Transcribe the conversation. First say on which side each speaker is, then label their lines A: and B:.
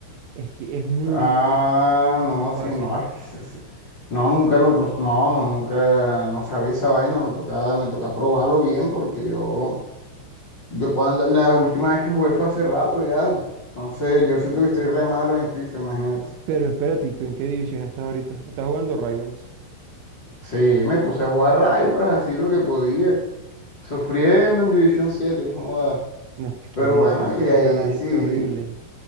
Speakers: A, on the right; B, on the left.
A: Es que es muy,
B: Ah, no,
A: muy fácil.
B: sí, no. es que se- se- No, nunca, no, no, no, no, nunca, no sabía esa vaina. Me tocaba, me toca probarlo bien porque yo, yo cuando la, la última vez que jugué fue hace rato ya. Entonces yo siento que estoy re malo en FIFA, imagínate.
A: Pero espérate, ¿y ¿tú en qué división estás ahorita? ¿Estás jugando Rivals?
B: Sí, me puse a jugar Rivals así lo que podía, sufriendo en División 7 joda.
A: No, pues
B: Pero
A: que en División
B: bueno,
A: Siete.
B: y ahí
A: está la gente
B: sí.
A: horrible.